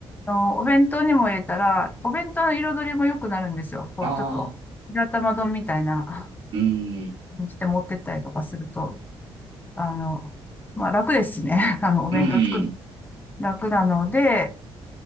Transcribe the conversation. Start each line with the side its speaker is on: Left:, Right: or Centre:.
Left: あのお弁当にも入れたら、お弁当の彩りも良くなるんですよ。こう、
Right: ああ、
Left: ちょっと、白玉丼みたいな、
Right: うーん。
Left: にして持ってったりとかすると、あの、まあ楽ですしね。<laughs> あの、お弁当作る、
Right: うーん。
Left: 楽なので、